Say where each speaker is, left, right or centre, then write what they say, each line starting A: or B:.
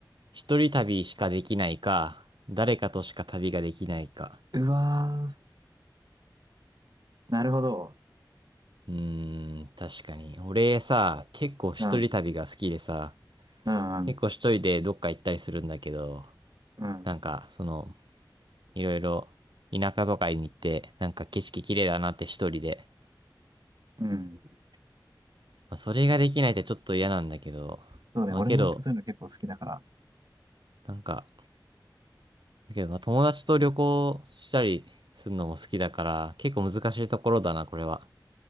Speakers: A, on the right; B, on the right.
A: 一人旅しかできないか、誰かとしか旅ができないか。
B: うわー。なるほど。
A: うーん、確かに。俺さ、結構一人旅が好きでさ、
B: うん。うん、うん。
A: 結構一人でどっか行ったりするんだけど、
B: うん。
A: なんか、その、いろいろ田舎とかに行って、なんか景色綺麗だなって一人で。
B: うん。
A: まあ、それができないってちょっと嫌なんだけど、
B: そうね。
A: まあけど、
B: 俺もそういうの結構好きだから、
A: なんか、だけどまあ友達と旅行したりするのも好きだから、結構難しいところだな、これは。